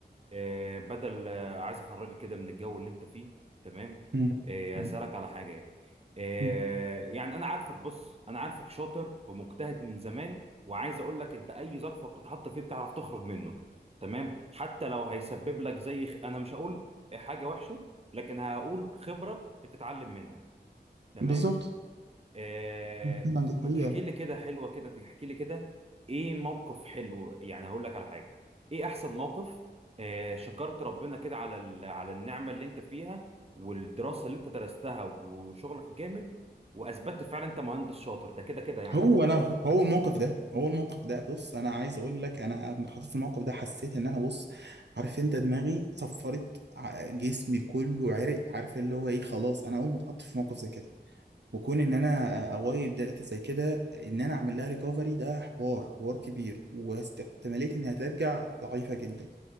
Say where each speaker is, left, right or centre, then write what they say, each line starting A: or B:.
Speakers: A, on the right; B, on the right.
A: آه بدل آه عايز أخرجك كده من الجو اللي أنت فيه تمام
B: مم.
A: آه
B: مم.
A: أسألك على حاجة يعني آه
B: مم.
A: يعني أنا عارفك بص أنا عارفك شاطر ومجتهد من زمان وعايز أقول لك أنت أي ظرف بتتحط فيه بتعرف تخرج منه تمام حتى لو هيسبب لك زي خ- أنا مش هقول حاجة وحشة لكن هقول خبرة بتتعلم منها تمام
B: بالظبط
A: آه،
B: محمد
A: ما
B: هي
A: تحكي لي كده حلوة كده تحكي لي كده ايه موقف حلو يعني هقول لك على حاجة ايه احسن موقف آه، شكرت ربنا كده على ال- على النعمة اللي انت فيها والدراسة اللي انت درستها وشغلك الجامد واثبتت فعلا انت مهندس شاطر ده كده كده يعني
B: هو انا هو الموقف ده هو الموقف ده بص انا عايز اقول لك انا لما اتحطيت في الموقف ده حسيت ان انا بص عارف انت دماغي صفرت ع- جسمي كله عرق عارف اللي هو ايه خلاص انا اول ما اتحط في موقف زي كده وكون ان انا آه، اوايب داتا زي كده ان انا اعمل لها ريكفري ده حوار حوار كبير واحتماليه انها ترجع ضعيفه جدا